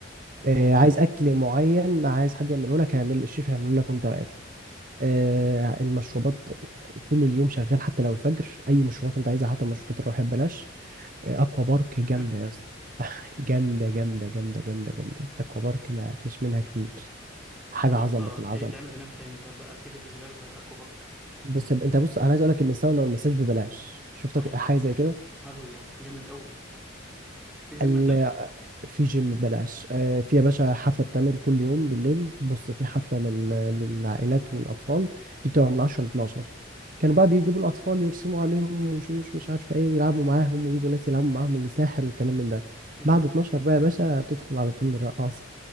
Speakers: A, in the centre; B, on the right.
A: الله
B: آه، عايز اكل معين عايز حد يعمله لك هيعمل الشيف هيعمله لك وانت واقف آه، المشروبات طول اليوم شغال حتى لو الفجر اي مشروبات انت عايزها حتى المشروبات الروحيه ببلاش آه، اكوا بارك جامده
A: <laughs>
B: يا اسطى <laughs> جامده جامده جامده جامده جامده اكوا بارك ما فيش منها كتير حاجه
A: طب يا
B: عظمه
A: اسطى
B: العظمه
A: ايه تعمل هناك تاني طيب اكتيفيتيز غير الاكوا بارك
B: بص يا ب- انت بص انا عايز اقول لك ان الساونا والمساج ببلاش شفتك
A: الله
B: حاجه زي
A: الله جامد قوي في جيم
B: كده
A: هناك
B: في جيم ببلاش آه، في يا باشا حفلة بتعمل كل يوم بالليل بص في حفلة لل- للعائلات والأطفال دي بتبقى من 10 ل 12 كانوا
A: امم
B: بقى بيجيبوا الأطفال يرسموا عليهم وشوش مش عارف إيه ويلعبوا معاهم ويجوا ناس يلعبوا معاهم وساحر والكلام من ده
A: امم
B: بعد 12 بقى يا باشا تدخل على طول الرقاصة